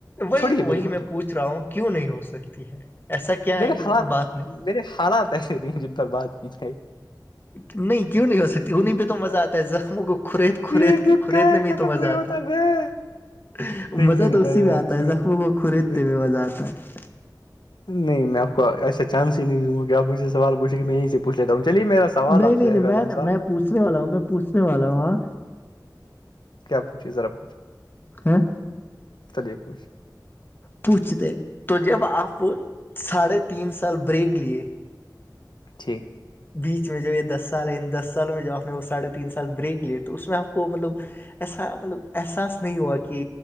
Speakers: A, on the left (about 30°); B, on the left (about 80°).
A: وہی
B: چھوڑیے
A: وہی
B: میری باتوں
A: میں
B: کو
A: پوچھ رہا ہوں کیوں نہیں ہو سکتی ہے ایسا کیا
B: میرے
A: ہے کہ
B: حالات
A: بات نہیں
B: میرے حالات وایسے نہیںی ہیں جن پر بات کی جائے
A: نہیں کیوں نہیں ہو سکتی انہیں پہ تو مزہ آتا زخموں کو کورید
B: یہ
A: کورید
B: دکھ
A: کے کوریدنے
B: کا ہے
A: میں
B: ختم
A: تو مزہ
B: نہیں
A: آتا
B: ہوتا
A: ہے
B: میں نہیں
A: مزہ
B: میرے
A: تو اسی
B: بارے
A: میں آتا
B: آپ چھوڑیے،
A: ہے زخموں کو کریدتے میں مزہ آتا ہے
B: نہیں میں آپ کو ایسا چانس ہی نہیں دوں گا کہ آپ مجھے سے سوال پوچھے کہ میں یہ ہی سے پوچھ لیتا ہوں چلیے میرا سوال
A: نہیں
B: آپ
A: نہیں
B: سے ہے
A: نہیں
B: فیضان
A: میں
B: صاحب
A: میں پوچھنے والا ہوں میں پوچھنے والا ہوں ہاں
B: کیا پوچھیے ذرا پوچھے
A: ہاں
B: چلیے پوچھیے
A: پوچھتے ہے جب آپ ساڑھے تین سال بریک لیے
B: ٹھیک
A: بیچ میں جو یہ دس سال ہے ان دس سالوں میں جو آپ نے وہ سڑھے تین سال بریک لیے تو اس میں آپ کو مطلب ایسا مطلب احساس نہیں ہوا کہ